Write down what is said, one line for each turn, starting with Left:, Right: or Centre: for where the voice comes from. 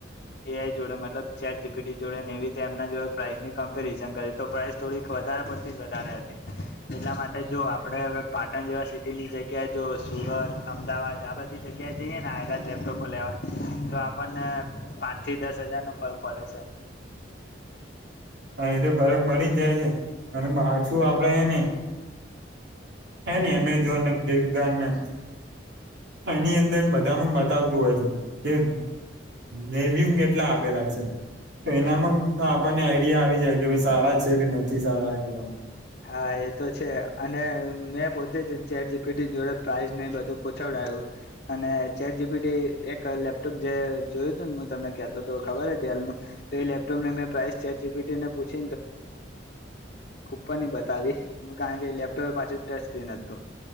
Left: એ જોડે મતલબ ચેટી જોડે ને એવી એમના જોડે પ્રાઇસ ની કમ્પેરિઝન કરી તો પ્રઇસ થોડીક વધારે પડતી જ વધારે હતી એટલા માટે જો આપડે હવે પાટણ જેવા સિટીની જગ્યાએ જો સુરત અમદાવાદ આ બધી જગ્યા જઈએ ને આ લેપટોપો લેવાય તો આપ આપને પાંચ થી દસ હજાર નો ફર્ક પડે છે
Right: હા એ તો ફરક પડી જ જાય છે અને હછું આપડે એને એ ન એમેઝોનને ફ્લિપકાર્ટ ને એની અંદર બધામાં બતાવતું હોય છે કે નેવયુ કેટલા આપેલા છે તો એનામાં આપણને આઈડિયા આવી જાય કે ભ સારા છે કે નથી સારા કે એમ
Left: હા એ તો છે અને મેં પોતે જ ચેટ જીપીટી જોડે પ્રાઇસ ને બધું પૂછાડે અને ચેર જીબી એક લેપટોપ જે જોયું હતું ને હું તમને ક્યાતો તો ખબર હ ડેલ નું તો એ લેપટોપ લઇ ને પ્રાઇસ ચેટજીપીટીને પૂછ <unintelligible> બતાવી કારણ કે લેપટોપે પાછી ટચ સ્ક્રીન હતું.